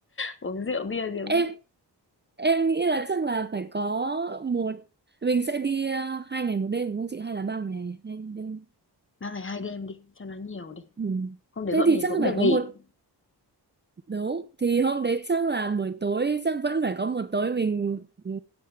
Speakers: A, on the left; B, on the right.
A: Uống rượu bia gì
B: em
A: không ấy?
B: em nghĩ là chắc là phải có một mình sẽ đi ờ, hai ngày một đêm đúng không chị hay là ba ngày hai đêm
A: Ba ngày hai đêm đi, cho nó nhiều đi.
B: ừ.
A: Hôm đấy
B: thế
A: bọn
B: thì
A: mình
B: chắc
A: cũng được
B: phải
A: nghỉ.
B: có một đúng thì hôm đấy chắc là buổi tối chắc vẫn phải có một tối mình ừ,